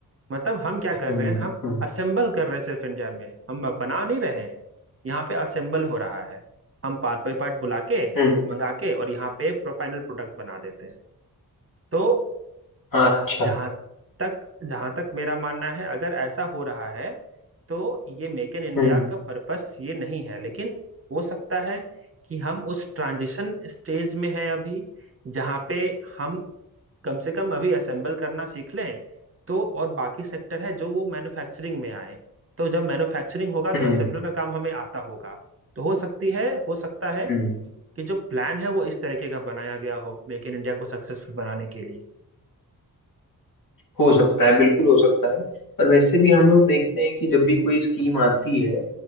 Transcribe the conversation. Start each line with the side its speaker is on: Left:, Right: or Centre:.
Right: मतलब हम क्या
Left: हम्म
Right: कर रहे हैं हम
Left: हम्म
Right: असेंबल कर रहे हैं सिर्फ इंडिया में हम बना नहीं रहे हैं यहाँ पे असेंबल हो रहा है हम पार्ट बाय पार्ट बुला के
Left: हम्म,
Right: मंगा के और यहाँ पे फाइनल प्रोडक्ट बना देते हैं तो
Left: हाँ, अच्छा
Right: जहां तक जहां तक मेरा मानना है अगर ऐसा हो रहा है तो ये मेक इन इंडिया
Left: हम्म
Right: का पर्पस ये नहीं है लेकिन हो सकता है कि हम उस ट्रांजिशन स्टेज में हैं अभी जहां पे हम कम से कम अभी असेंबल करना सीख लें तो और बाकी सेक्टर है जो वो मैन्युफैक्चरिंग में आए तो जब मैन्युफैक्चरिंग होगा
Left: हम्म
Right: तो असेंबल का काम हमें आता होगा तो हो सकती है हो सकता है
Left: हम्म
Right: कि जो प्लान है वो इस तरीके का बनाया गया हो मेक इन इंडिया को सक्सेसफुल बनाने के लिए
Left: हो सकता है बिल्कुल हो सकता है और वैसे भी हम लोग देखते हैं कि जब भी कोई स्कीम आती है